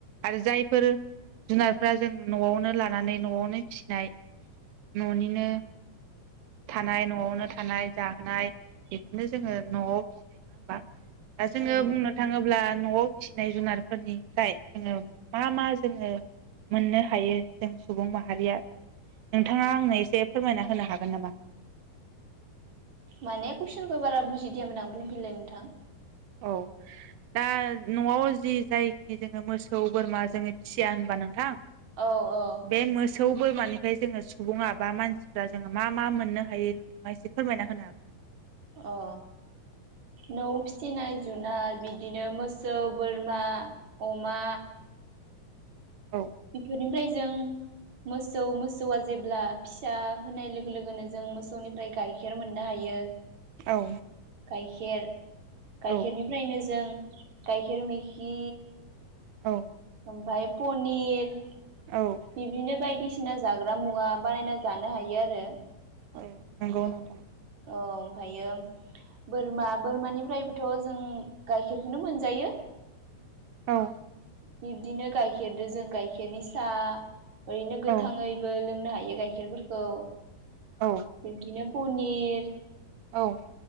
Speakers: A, on the right (about 75°); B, on the right (about 50°).
A: आरो जायफोर जुनारफ्रा जों न'आवनो ला थानानै न'आवनो फिसिनाय न'निनो थानाय न'आवनो थानाय जाहोनाय बेफोरनो जोङो न'आव फिसिनाय नङा होमबा। दा जोङो
B: उम
A: बुंनो थाङोब्ला न'आव फिसिनाय जुनारफोरनिफ्राय जोङो मा मा जोङो मोननो हायो? जों सुबुं माहारिया नोंथाङा आंनो एसे फोरमायना होनो हागोन नामा?
B: माने कुइसनखौ बारा बुजिदियामोन आं बुंफिनलाय नोंथां?
A: औ दा न'आव जि जायखिनि जोङो मोसौ, बोरमा जोङो फिसिया होनबा नोंथां?
B: औ औ
A: बे मोसौ बोरमानि ओमफ्राय जोङो सुबुङा बा मानसिफ्रा जोङो मा मा मोननो हायो नोंथाङा एसे फोरमायना होनो हागोन नामा?
B: अ नौ फिसिनाय जुनाय बिदिनो मोसौ, बोरमा, अमा
A: औ
B: बेफोरनि ओमफ्राय जों मोसौ मोसौआ जेब्ला फिसा होनाय लोगो लोगोनो जों मोसौनिफ्राय गाइखेर मोननो हायो
A: औ
B: गायखेर गाइखेरनिफ्रायनो
A: औ
B: जों गाइखेर मिखि
A: औ
B: ओमफ्राय पनिर
A: औ
B: बिदिनो बायदि सिना जाग्रा मुवा बानायना जानो हायो आरो
A: औ नंगौ नोंथां।
B: औ ओमफायो बोरमा बोरमानिफ्रायबोथ' जों गाइखेरखौनो मोनजायोॅ।
A: औ
B: बिबदिनो गायखेरदो जों गाइखेरनि साहा ओरैनो गोथाङैबो
A: औ
B: लोंनो हायो बे गाइखेरफोरखौ
A: औ
B: बिदिनो पनिर
A: औ